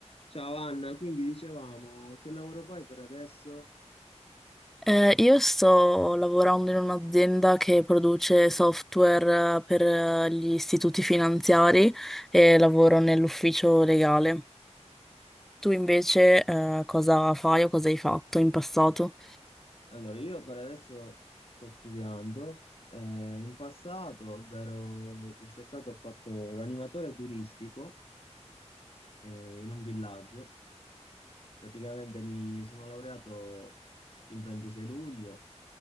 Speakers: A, on the left; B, in the centre.
A: Ciao Anna, quindi dicevamo, che lavoro fai per adesso?
B: Eh, io sto lavorando in un'azienda che produce software eh, per eh, gli istituti finanziari e lavoro nell'ufficio legale. Tu invece, eh, cosa fai o cosa hai fatto in passato?
A: Allora, io per adesso sto studiando. eh, in passato, ovvero quest'estate, ho fatto l'animatore turistico eh, in un villaggio. Praticamente mi sono laureato il 26 luglio